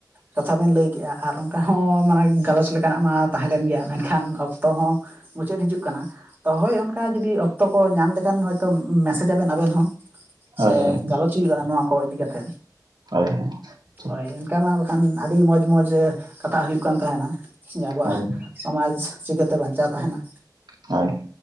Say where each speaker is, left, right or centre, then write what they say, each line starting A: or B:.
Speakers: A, on the right (about 25°); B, on the right (about 80°).
A: ᱠᱟᱛᱷᱟ ᱵᱮᱱ ᱞᱟᱹᱭ ᱠᱮᱜᱼᱟ ᱟᱨ ᱚᱱᱠᱟ ᱦᱚᱸ ᱢᱟᱱᱮ ᱜᱟᱞᱚᱪ ᱞᱮᱠᱟᱱᱟᱜ ᱢᱟ ᱛᱟᱦᱮᱸ ᱞᱮᱱ ᱜᱮᱭᱟ ᱢᱮᱱᱠᱷᱟᱱ ᱚᱠᱛᱚ ᱦᱚᱸ ᱢᱩᱪᱟᱹᱫ ᱦᱤᱡᱩᱜ ᱠᱟᱱᱟ ᱛᱚ ᱦᱳᱭ ᱚᱱᱠᱟ ᱡᱩᱫᱤ ᱚᱠᱛᱚ ᱠᱚ ᱧᱟᱢ ᱞᱮᱠᱷᱟᱱ ᱦᱚᱭᱛᱚ ᱢᱮᱥᱮᱡ ᱟᱵᱮᱱ ᱟᱵᱮᱱ ᱦᱚᱸ
B: ᱦᱳᱭ
A: ᱥᱮ
B: ᱦᱳᱭ
A: ᱜᱟᱞᱚᱪ ᱦᱩᱭᱩᱜᱼᱟ ᱱᱚᱣᱟ ᱠᱚ ᱤᱫᱤ ᱠᱟᱛᱮᱫ,
B: ᱦᱳᱭ ᱴᱷᱤᱠ
A: ᱦᱳᱭ ᱤᱱᱠᱟᱹ ᱢᱟ ᱵᱟᱠᱷᱟᱱ ᱟᱹᱰᱤ ᱢᱚᱡᱽ ᱢᱚᱡᱽ ᱠᱟᱛᱷᱟ ᱦᱩᱭᱩᱜ ᱠᱟᱱ ᱛᱟᱦᱮᱱᱟ᱾ ᱟᱵᱚᱣᱟᱜ
B: ᱦᱳᱭ
A: ᱥᱚᱢᱟᱡᱽ ᱪᱤᱠᱟᱹᱛᱮ ᱵᱟᱧᱪᱟᱣ ᱛᱟᱦᱮᱱᱟ
B: ᱦᱟᱭ,